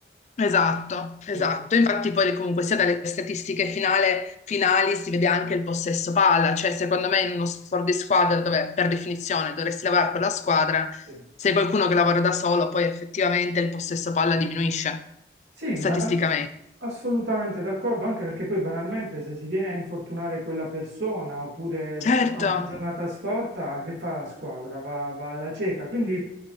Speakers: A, on the left; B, on the right.
A: Esatto, esatto.
B: Sì,
A: Infatti poi comunque sia dalle statistiche finale- finali si vede anche il possesso palla, cioè secondo me in uno sport di squadra dove per definizione dovresti lavorare con la squadra,
B: sì.
A: se hai qualcuno che lavora da solo poi effettivamente il possesso palla diminuisce
B: Sì,
A: statisticamente.
B: banal- assolutamente d'accordo, anche perché poi banalmente se si viene a infortunare quella persona oppure
A: Certo.
B: ha una giornata storta, che fa la squadra? Va, va alla cieca. Quindi